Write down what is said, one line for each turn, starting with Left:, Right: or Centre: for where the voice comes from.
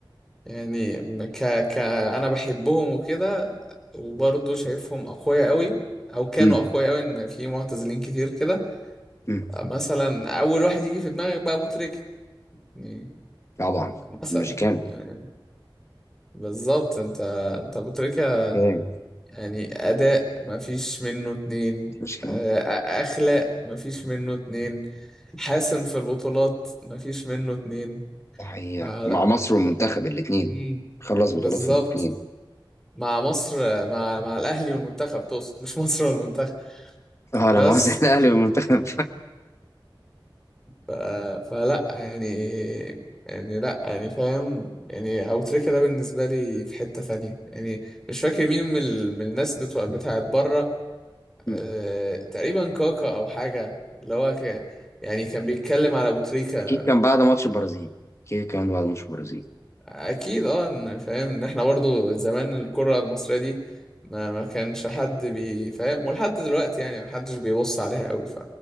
Centre: يعني ك ك أنا بحبهم وكده وبرضه شايفهم أقوياء أوي أو كانوا
Left: مم.
Centre: أقوياء أوي إن في معتزلين كتير كده
Left: مم.
Centre: مثلا أول واحد يجي في دماغك بقى أبو تريكة يعني
Left: طبعا
Centre: مثلا
Left: المشيكان
Centre: يعني بالظبط أنت أنت أبو تريكة
Left: كام
Centre: يعني أداء مفيش منه اتنين
Left: مشيكان
Centre: آه، أخلاق مفيش منه اتنين حاسم في البطولات مفيش منه اتنين
Left: تحية
Centre: فلا
Left: مع مصر
Centre: أو-
Left: والمنتخب الاثنين
Centre: مم.
Left: خلص
Centre: بالظبط
Left: بطولات في الاثنين
Centre: مع مصر مع مع الأهلي والمنتخب تقصد مش مصر والمنتخب
Left: اه
Centre: بس
Left: لا مؤاخذة <laughs> الأهلي والمنتخب
Centre: ف... فلا يعني يعني لا يعني فاهم يعني أبو تريكة ده بالنسبة لي في حتة ثانية يعني مش فاكر مين من, ال... من الناس بتوع بتاعت بره
Left: مم.
Centre: آه، تقريبا كاكا او حاجه اللي هو ك... يعني كان بيتكلم على ابو تريكه
Left: أكيد كان بعد ماتش البرازيل أكيد كان بعد ماتش البرازيل
Centre: اكيد اه إن- فاهم ان احنا برضو زمان الكره المصريه دي ما ما كانش حد بيفهم ولحد دلوقتي يعني ما حدش بيبص عليها قوي ف